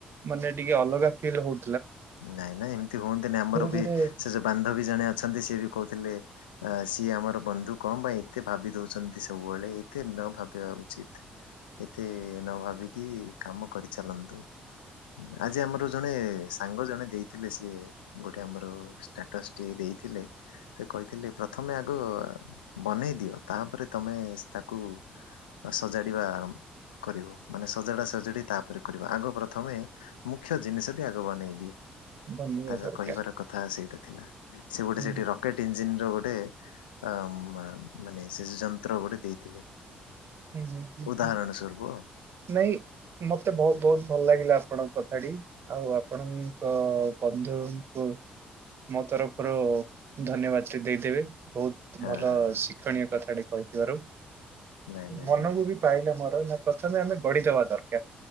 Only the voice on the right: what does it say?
ମାନେ ଟିକେ ଅଲଗା ଫିଲ୍ ହଉ
ଧୀରେ
ବନିବା
ଦରକାର
ହୁଁ,
ହୁଁ ହୁଁ ହୁଁ ହଁ
ନାଇଁ ମତେ ବହୁତ ବହୁତ ଭଲ ଲାଗିଲା। ଆପଣଙ୍କ କଥାଟି ଆଉ ଆପଣଙ୍କ କଥ୍ ବନ୍ଧୁଙ୍କୁ ମୋ ତରଫରୁ ଧନ୍ୟବାଦ ଦେଇଦେବେ। ବହୁତ
ଭଲ
ଶିକ୍ଷଣୀୟ କଥାଟେ କହିଥିବାରୁ।
ମନକୁ
ବି ପାଇଲା ମୋର ନା ପ୍ରଥମେ ଆମେ ଗଢିଦବା ଦରକାର।